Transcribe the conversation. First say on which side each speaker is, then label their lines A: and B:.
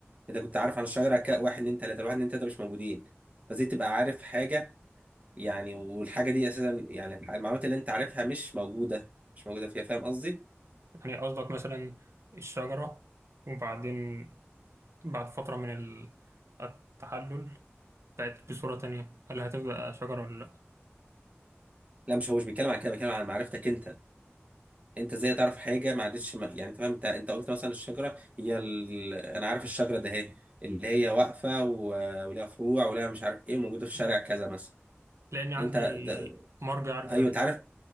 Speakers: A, on the right; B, on the right.
A: انت كنت عارف عن الشجره ك واحد اتنين تلاته الواحد اتنين تلاته مش موجودين فزي تبقى عارف حاجه يعني والحاجه دي اساسا يعني المعلومات اللي انت عارفها مش موجوده مش موجوده فيها فاهم قصدي؟
B: يعني قصدك مثلا الشجرة وبعدين بعد فترة من ال- التحلل بقت بصورة تانية هل هتبقى شجرة ولا لأ؟
A: لا مش هو مش بيتكلم عن كده بيتكلم عن معرفتك انت انت ازاي تعرف حاجه ما عادتش م... يعني انت فاهم انت انت قلت مثلا الشجره هي ال... انا عارف الشجره ده اهي اللي هي واقفه و... ولها فروع ولها مش عارف ايه موجوده في شارع
B: مم.
A: كذا مثلا
B: لأن عندي
A: انت ده...
B: مرجع أرجع
A: ايوه
B: ليه
A: انت عارف